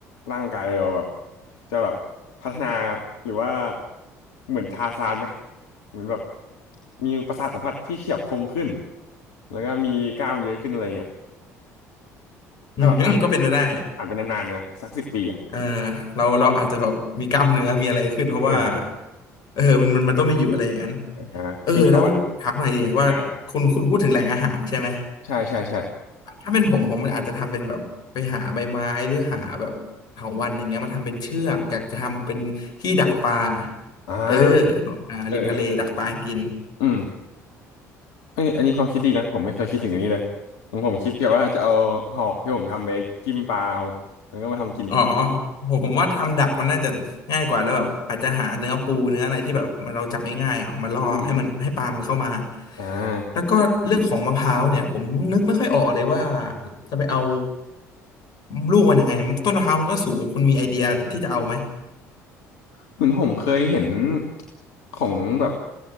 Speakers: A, on the left; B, on the left.
A: ร่างกายเราแบบจะแบบพัฒนาหรือว่าเหมือนทาร์ซานไหมเหมือนแบบมีประสาทสัมผัสที่เฉียบคมขึ้นแล้วก็มีกล้ามเยอะขึ้นอะไรเงี้ย
B: อืมก็เป็นไปได้
A: ถ้าแบบอ่านอ่านไปนานๆนะสักสิบปีอ่ะ
B: เออเราเราอาจจะแบบมีกล้ามเนื้อมีอะไรขึ้นเพราะว่า
A: เออเออ
B: เออมันมันมันต้องมีอยู่อะไรอย่างนั้น
A: อ่าปีต่อวัน
B: เออแล้วถามหน่อยดิว่าคุณคุณพูดถึงแหล่งอาหารใช่ไหม
A: อ่าใช่ใช่ใช่
B: ถ้าเป็นผมผมอาจจะทำเป็นแบบไปหาใบไม้หรือหาแบบเถาวัลย์อย่างเงี้ยมาทำเป็นเชือกอยากจะทำเป็นที่ดักปลา
A: อ่า
B: เอออ่าริมทะเลดักปลากิน
A: เออ อืมเอ้ยอันนี้ความคิดดีนะผมไม่เคยคิดถึงอย่างนี้เลยของผมคิดแต่ว่าจะเอาหอกที่ผมทำไปจิ้มปลาเอาแล้วก็มาทำกิน
B: อ๋อผมว่าทำดักมันน่าจะง่ายกว่าแล้วแบบอาจจะหาเนื้อปูเนื้ออะไรที่แบบมันเราจับง่ายๆอ่ะเอามาล่อให้มันให้ปลามันเข้ามา
A: อืมอมอ่า
B: แล้วก็เรื่องของมะพร้าวเนี่ยผมนึกไม่ค่อยออกเลยว่าจะไปเอาลูกมันยังไงต้นมะพร้าวมันก็สูงคุณมีไอเดียที่จะเอาไหม
A: เหมือนผมเคยเห็นของแบบ